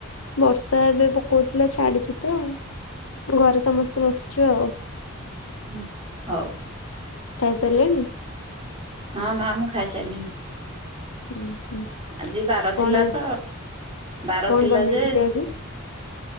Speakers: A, on the left; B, on the right.
A: ବର୍ଷା ଏବେ ପକଉଥିଲା ଛାଡିଛି ତ ଘରେ ସମସ୍ତେ ବସିଛୁ ଆଉ।
B: ଉଁ ହଉ।
A: ଖାଇସାରିଲେଣି?
B: ହଁ ମା ମୁଁ ଖାଇସାରିଲିଣି।
A: ଉଁ ହୁଁ
B: ଆଜି ବାର
A: କଣ
B: ଥିଲା
A: ଆଜି
B: ତ ବାର
A: କଣ
B: ଥିଲା
A: ବନେଇଥିଲେ
B: ଯେ
A: ଆଜି?